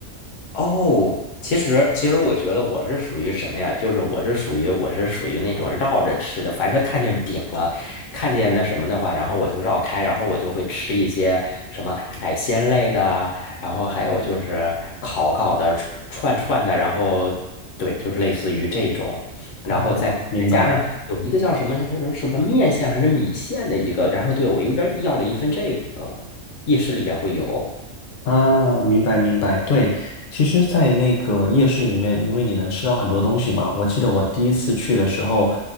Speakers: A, on the left (about 75°); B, on the left (about 60°).
A: 哦，其实其实我觉得我是属于什么呀？就是我是属于我是属于那种绕着吃的，凡是看见饼了，看见那什么的话，然后我就绕开，然后我就会吃一些什么海鲜类的啊然后还有就是烤烤的、串串的，然后对，就是类似于这种，然后再再加上有一个叫什么是是什么面线还是米线的一个，
B: 啊，明白。
A: 然后对我有点要了一份这个，意式里边会有，
B: 啊，明白明白，对，其实，在那个夜市里面，因为你能吃到很多东西嘛。我记得我第一次去的时候，